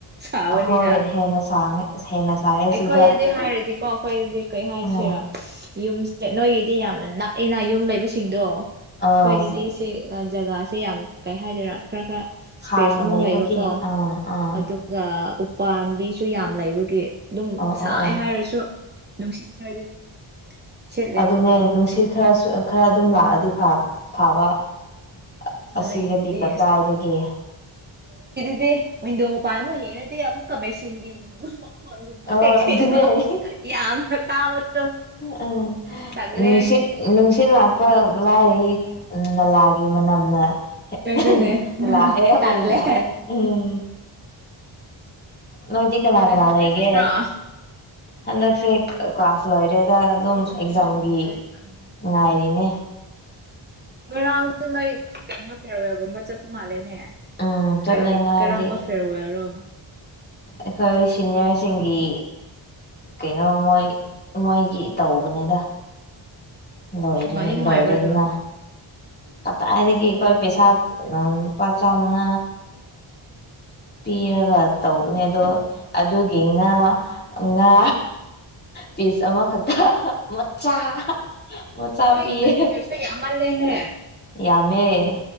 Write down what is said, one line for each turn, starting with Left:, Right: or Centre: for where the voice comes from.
Right: ꯁꯥꯕꯅꯤꯅ
Left: ꯍꯣꯏ ꯍꯦꯟꯅ ꯁꯥꯡꯉꯦ ꯑꯁ ꯍꯦꯟꯅ ꯁꯥꯏꯌꯦ
Right: ꯑꯩꯈꯣꯏꯗꯗꯤ
Left: ꯁꯤꯗ
Right: ꯍꯥꯏꯔꯗꯤꯀꯣ ꯑꯩꯈꯣꯏꯗꯗꯤ ꯀꯩ ꯍꯥꯏꯁꯤꯔ
Left: ꯑꯥ
Right: ꯌꯨꯝꯁꯦ ꯅꯣꯏꯒꯤꯗꯤ ꯌꯥꯝꯅ ꯅꯛꯏꯅ ꯌꯨꯝ ꯂꯩꯕꯁꯤꯡꯗꯣ
Left: ꯑꯥ
Right: ꯈꯣꯏꯒꯤꯗꯤ ꯁꯦ ꯑ ꯖꯒꯥꯁꯦ ꯌꯥꯝ ꯀꯩ ꯍꯥꯏꯗꯣꯏꯔꯥ ꯈ꯭ꯔ ꯈ꯭ꯔ ꯏꯁꯄꯦꯁ
Left: ꯍꯥꯡꯅ
Right: ꯑꯃ
Left: ꯂꯩꯕꯒꯤ
Right: ꯂꯩꯕꯀꯣ
Left: ꯑꯥ ꯑꯥ
Right: ꯑꯗꯨꯒ ꯄꯥꯟꯕꯤꯁꯨ ꯌꯥꯝ ꯂꯩꯕꯒꯤ ꯑꯗꯨꯝ
Left: ꯑꯣ
Right: ꯁꯥꯏ
Left: ꯑꯣ ꯑꯣ
Right: ꯍꯥꯏꯔꯁꯨ ꯅꯨꯡꯁꯤꯠ ꯈꯔꯗꯤ ꯁꯤꯠꯂꯦꯕ
Left: ꯑꯗꯨꯅꯦ
Right: ꯑꯗꯨꯒꯤ
Left: ꯅꯨꯡꯁꯤꯠ ꯈꯔꯁꯨ ꯑ ꯈꯔ ꯑꯗꯨꯝ ꯂꯥꯛꯑꯗꯤ ꯐꯥꯕ ꯐꯥꯕ ꯑ ꯑꯁꯤꯗꯗꯤ
Right: ꯅꯣꯏꯒꯤꯗꯨꯗꯤ
Left: ꯀꯗꯥꯏꯗꯒꯤ
Right: ꯗꯤ ꯋꯤꯟꯗꯣ ꯃꯄꯥꯟ ꯑꯃꯨꯛ ꯌꯦꯡꯔꯗꯤ ꯑꯃꯨꯛꯀ ꯃꯦꯁꯤꯟꯒꯤ ꯃꯈꯣꯟꯒꯨꯝꯕ
Left: ꯑꯣ
Right: ꯀꯩ ꯀꯩꯅꯣ
Left: ꯑꯗꯨꯅꯦ ꯍꯦ
Right: ꯌꯥꯝꯅ ꯇꯥꯕꯗꯣ
Left: ꯑꯥ
Right: ꯇꯜꯂꯦ
Left: ꯅꯨꯡꯁꯤꯠ ꯅꯨꯡꯁꯤꯠ ꯂꯥꯛ ꯄ ꯂꯥꯏꯔꯤ ꯎꯝ ꯅꯂꯥꯒꯤ ꯃꯅꯝꯅ ꯍꯦ
Right: ꯑꯗꯨꯅꯦ
Left: ꯑꯍ ꯂꯥꯛꯑꯦ ꯑꯣꯏꯅ
Right: ꯇꯜꯂꯦ
Left: ꯂꯥꯛꯑꯦ ꯎꯝ ꯅꯣꯏꯗꯤ ꯀꯅꯥ
Right: ꯀꯣꯂꯦꯖꯀꯨꯝꯕꯗꯤ
Left: ꯀꯅꯥ ꯂꯩ
Right: ꯆꯠꯇ꯭ꯔꯣ
Left: ꯑꯦ
Right: ꯑꯣ
Left: ꯍꯗꯛꯁꯦ꯫ ꯀ꯭ꯂꯥꯁ꯫ ꯂꯣꯏꯔꯦꯗ ꯑꯗꯨꯝ
Right: ꯁꯨꯇꯤ
Left: ꯑꯦꯛꯖꯥꯝꯒꯤ
Right: ꯍꯥꯏꯕꯒꯨꯝ ꯇꯥꯏ ꯍꯣꯏ ꯎꯝ
Left: ꯉꯥꯏꯔꯤꯅꯦ꯫
Right: ꯉꯔꯥꯡꯗ ꯅꯣꯏ ꯀꯩꯅꯣ ꯐꯦꯔꯋꯦꯜꯒꯨꯝꯕ ꯆꯠꯄ ꯃꯥꯜꯂꯦꯅꯦ꯫
Left: ꯎꯝ ꯆꯠꯂꯦ
Right: ꯀꯔꯤ
Left: ꯉꯔꯥꯡꯗꯤ
Right: ꯀꯔꯝꯕ ꯐꯦꯔꯋꯦꯜꯔꯣ꯫
Left: ꯑꯩꯈꯣꯏ ꯁꯤꯅꯤꯌ꯭ꯔꯁꯤꯡꯒꯤ꯫ ꯀꯩꯅꯣ ꯃꯣꯏ ꯃꯣꯏꯒꯤ ꯇꯧꯕꯅꯤꯗ꯫ ꯂꯣꯏꯔꯅꯤ
Right: ꯅꯨꯡꯉꯥꯏꯗꯤ ꯅꯨꯡꯉꯥꯏꯕ꯭ꯔꯥ
Left: ꯂꯣꯏꯔꯦꯗꯅ꯫
Right: ꯑꯗꯣ
Left: ꯀꯗꯥꯏꯗꯒꯤ ꯑꯩꯈꯣꯏ ꯄꯩꯁꯥ ꯂꯨꯄꯥ ꯆꯥꯃꯉꯥ ꯄꯤꯔꯒ ꯇꯧꯕꯅꯦ ꯑꯗꯣ ꯑꯗꯨꯒꯤ ꯉꯥ ꯉꯥ ꯄꯤꯁ ꯑꯃꯈꯛꯇ꯫ ꯃꯆꯥ꯫ ꯃꯆꯥ
Right: ꯅꯣꯏ
Left: ꯄꯤꯌꯦ
Right: ꯀꯟꯇ꯭ꯔꯤꯕꯤꯎꯁꯟ ꯌꯥꯝꯜꯦꯍꯦ꯫ <unintelligible>
Left: ꯌꯥꯝꯃꯦ꯫